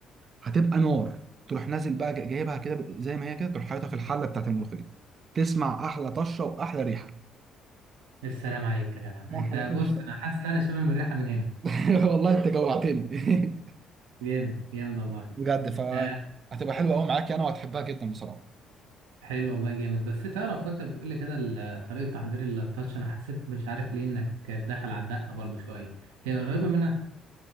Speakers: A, on the right; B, on the right.
A: هتبقى نار تروح نازل بقى جا- جايبها كده ب- زي ما هي كده تروح حاططها في الحله بتاعت الملوخيه تسمع احلى طشه واحلى ريحه
B: السلام عليك يا جدع
A: ما
B: انت
A: احلى طشه
B: بص <laughs> انا حاسس ان انا شامم الريحه من هنا
A: <laughs> والله انت جوعتني <laughs>
B: جامد جامد والله
A: بجد فهتبقى
B: آه
A: حلوه قوي معاك يعني وهتحبها جدا بصراحه
B: حلو والله جامد بس تعرف وانت بتقول لي كده ال- طريقه تحضير التاتش انا حسيت مش عارف ليه انك داخل على الدقه برضو شويه هي قريبه منها